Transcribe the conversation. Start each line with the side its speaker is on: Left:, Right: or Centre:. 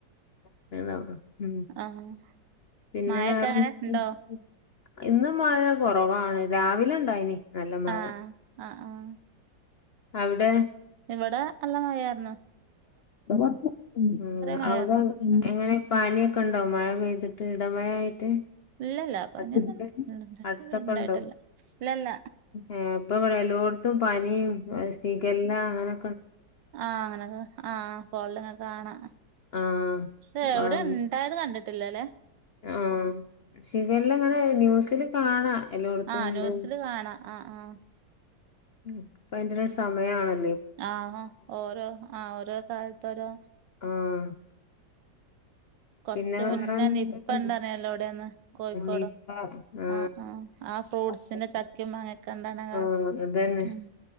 Left: <unintelligible> ഉം
Right: ആഹ്
Left: പിന്നെ
Right: മഴൊക്കെ
Left: വേറെന്ത്
Right: അങ്ങനെ
Left: <unintelligible>
Right: ഉണ്ടോ
Left: ഇന്ന് മഴ ന്ന് കൊറവാണ് രാവിലെ ഉണ്ടായിനി നല്ല മഴ
Right: ആഹ് ആഹ് ആഹ്
Left: അവിടെ
Right: ഇവടെ നല്ല മഴയാര്ന്ന്
Left: ആഹ്
Right: മഴയായിരുന്നു
Left: അവിട
Right: ഉം
Left: എങ്ങനെ പാനിയൊക്ക് ക്കൊണ്ടോ മഴ പെയ്തിട്ട് ഇടമഴ ആയിട്ട്
Right: ഇല്ലല്ല പനിയൊന്നും
Left: <unintelligible> അടുത്തക്ക
Right: ഉണ്ടായിട്ടില്ല
Left: ഒണ്ടോ
Right: ഇല്ലല്ല
Left: ഏ ഇപ്പൊ ഇവടെ എല്ലോടത്തും പനിയും സിക എല്ലാം അങ്ങന
Right: ആഹ് അങ്ങനക്ക ആഹ് പൊള്ള് ങ്ങ് കാണാം
Left: ആഹ്
Right: ക്ഷെ എവിടെ
Left: ആഹ്
Right: ഒണ്ടായത് കണ്ടിട്ടില്ലല്ലെ
Left: ആഹ് സിക എല്ലാം ഇങ്ങനെ ന്യൂസില് കാണാം എല്ലോടത്തും
Right: ആഹ്
Left: ഉണ്ട്
Right: ന്യൂസില് കാണാ ആഹ്
Left: മ് ഇപ്പ അയ്ന്റെ ഒരു സമയാണൽ
Right: ആഹ ഓരോ ആഹ് ഓരോ കാലത്ത് ഓരോ
Left: ആഹ്
Right: കൊറച്ച്
Left: പിന്നെ വേറെന്ത്
Right: മുന്നേ നിപ്പ ഇണ്ടറിഞ്ഞല്ലോ ഇവിടെന്ന് കോഴിക്കോടോ
Left: നിപ്പ ആ
Right: ആഹ് ആഹ് ആ ഫ്രൂട്ട്സിന്റെ
Left: ആ
Right: ചക്കയും മാങ്ങൊക്കെ ഇണ്ടാവ്ണ കാല
Left: അതന്നെ
Right: ഉം